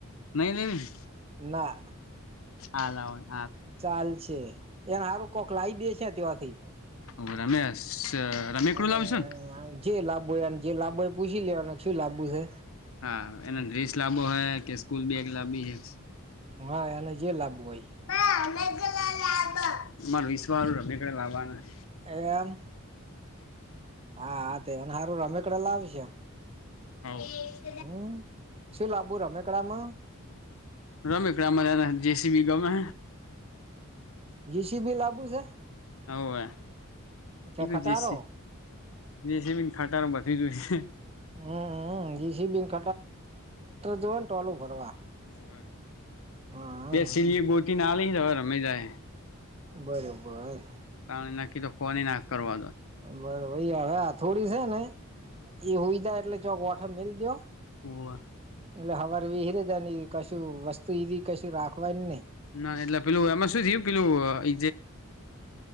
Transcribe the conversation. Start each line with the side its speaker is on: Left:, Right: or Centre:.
Left: નહી નહી
Right: ના
Left: આલા
Right: ચાલ સે એસારું કોક લાવી દે છે તયાથી
Left: ઓ રમેશ રમેકોડું
Right: હ
Left: લાવસોને
Right: જે લાંબોયને જે લાબોય પૂછી લેવાનું શું લાબુ છે.
Left: હા એને ડ્રેસ લાવો હોય કે સ્કૂલ બેગ લાવી હે
Right: હા એને જે લાબવું હોય.
Left: <unintelligible> મારા વિશ્વા હારુ રમકડા લાવવાના હૈ.
Right: એ એમ હા તેને હારું રમેકડા લાવી સે
Left: <inaudible>
Right: હમ્મ શું લાબુ રમેકડામાં
Left: રમેકડામા જેસીબી ગમે
Right: જીસીબી લાબુ છે
Left: હવે
Right: કે
Left: <unintelligible>
Right: ખટારો
Left: જેસેબી ખટારા <unintelligible>
Right: હમજી સી બી <unintelligible> જો ને ટોલું ભરવા
Left: <inaudible>
Right: હા
Left: જે સી બી ગોટી <unintelligible> રમે જાય
Right: બરાબર
Left: કારણ નક્કી તો ફોને નાખ કરવા દો
Right: બરો ભાઈ હવે આ થોડી છે ને એ હોય થાય એટલે <unintelligible> મિલ દો
Left: હોવે
Right: એટલે હવારી <unintelligible> કશું વસ્તુ <unintelligible> કશું રાખવાય ને નહીં
Left: ના એટલે પેલું એમાં શું થયું પેલું એ